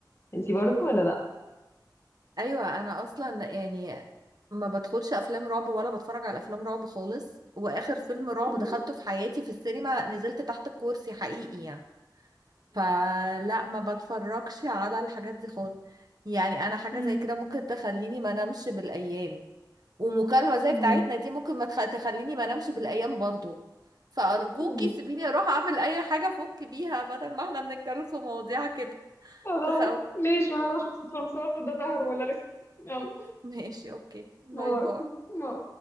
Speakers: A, on the left; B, on the right.
A: انتي برضو ولا لا
B: ايوه انا اصلا يعني ما بدخلش افلام رعب ولا بتفرج على افلام رعب خالص واخر فيلم رعب
A: مم.
B: دخلته في حياتي في السينما نزلت تحت الكرسي حقيقي يعني فلا ما بتفرجش على الحاجات دي خالص يعني انا حاجه
A: مم.
B: زي كده ممكن تخليني ما انامش بالايام ومكالمه زي
A: مم.
B: بتاعتنا دي ممكن ما تخ... تخليني ما انامش بالايام برضو فارجوكي
A: مم.
B: سيبيني اروح اعمل اي حاجه افك بيها بدل ما احنا بنتكلم في مواضيع كده
A: خلاص
B: تخوف
A: ماشي وانا راشد الصرصار ده ظهر ولا لسه يلا
B: ماشي اوكي باي
A: باي.
B: باي
A: باي.